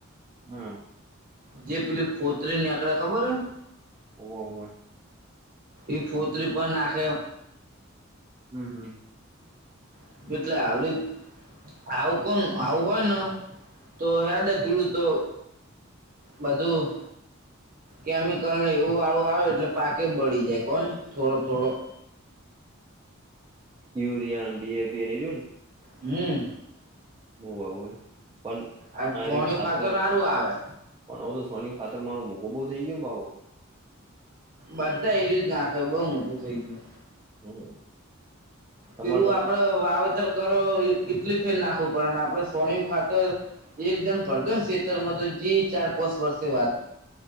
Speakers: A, on the right; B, on the right.
A: હં
B: જે પેલી ફોત્રી નેકળે ખબર એ
A: હોવે હોવે
B: ઇ ફોત્રી પન નાખે
A: હં હં
B: <unintelligible> આવું કોમ આવું હોય ન તો હેડે પીડુ તો બધું કેમિકલને એવું વાળું આવે એટલે પાકે બળી જાય કોન થોડો થોડો
A: યુરિયા ન ડી એ પી ને એ રયુ ન
B: હં
A: <unintelligible> હોય પન
B: આ
A: આરયુ
B: છોણિયું
A: ખાતર
B: સારું આવે
A: પણ ઓ તો સોણીયુ ખાતર મારુ મોંઘુ બવ થઈ ગયુ ને ભાવ
B: બધા <unintelligible> નાખે બઉ મોઘું થઇ ગયું
A: હમ તમારે
B: પેલું
A: તો
B: આપડે વાવેત કરો ઇટલી ફેલ નાખવું પડે ન આપડે સોણયું ખાતર એકદમ પરદસ તેતર મા ત જી ચાર પસ વર્ષે વાત